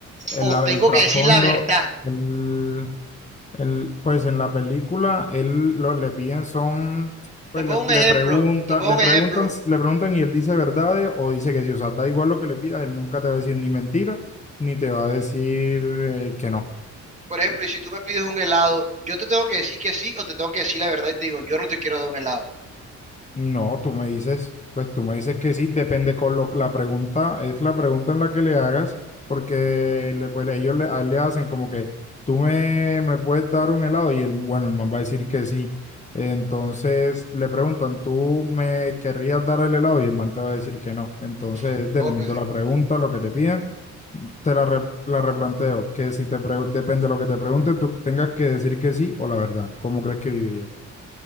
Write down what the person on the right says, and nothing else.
o
tengo
que decir la verdad.
Te
pongo un
ejemplo,
te pongo
un
ejemplo.
Por ejemplo, y si tú me pides un helado, yo te tengo que decir que sí o te tengo que decir la verdad y te digo, yo no te quiero dar un helado.
No.
Ok.